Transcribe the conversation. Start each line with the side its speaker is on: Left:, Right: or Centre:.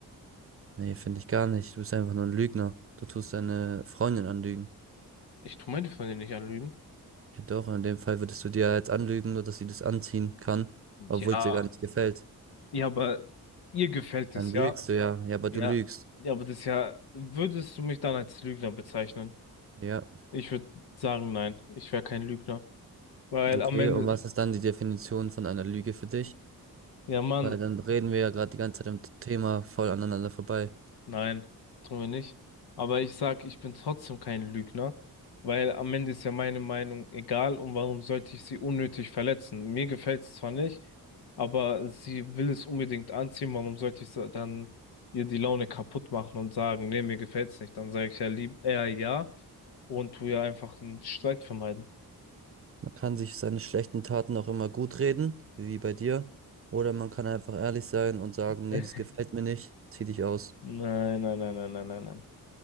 Right: Nee, finde ich gar nicht. Du bist einfach nur ein Lügner. Du tust deine Freundin anlügen.
Left: Ich tu meine Freundin nicht anlügen.
Right: Ja doch, in dem Fall würdest du dir jetzt anlügen, nur dass sie das anziehen kann, obwohl
Left: Ja,
Right: es dir gar nicht gefällt.
Left: ja, aber ihr gefällt
Right: Dann
Left: es, ja?
Right: lügst du ja. Ja, aber du
Left: Ja,
Right: lügst.
Left: ja, aber das ist ja, würdest du mich dann als Lügner bezeichnen?
Right: Ja.
Left: Ich würde sagen, nein, ich wäre kein Lügner. Weil
Right: Okay,
Left: am Ende,
Right: und was ist dann die Definition von einer Lüge für dich?
Left: Ja, Mann,
Right: Weil dann reden wir ja gerade die ganze Zeit im Thema voll aneinander vorbei.
Left: nein, tun wir nicht. Aber ich sag, ich bin trotzdem kein Lügner, weil am Ende ist ja meine Meinung egal und warum sollte ich sie unnötig verletzen? Mir gefällt es zwar nicht, aber sie will es unbedingt anziehen, warum sollte ich so- dann ihr die Laune kaputt machen und sagen, nee, mir gefällt's nicht? Dann sage ich ja lieb eher ja und tu ja einfach einen Streit vermeiden.
Right: Man kann sich seine schlechten Taten auch immer gut reden, wie bei dir. Oder man kann einfach ehrlich sein und sagen,
Left: <laughs>
Right: nee, das gefällt mir nicht, zieh dich aus.
Left: Nein, nein, nein, nein, nein, nein, nein.